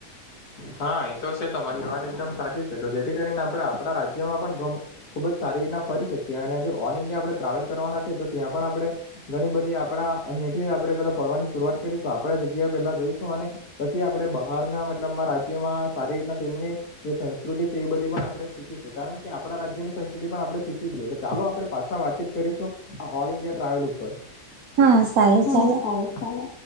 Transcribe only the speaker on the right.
હા સારું
ચાલો